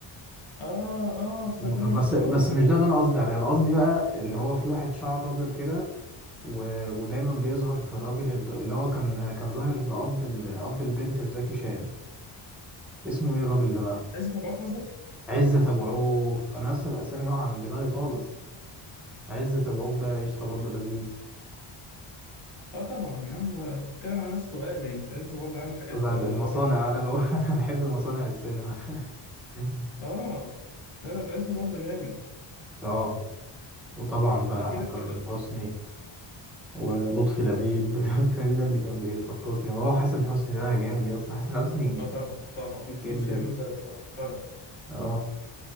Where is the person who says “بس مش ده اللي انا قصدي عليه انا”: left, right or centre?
Centre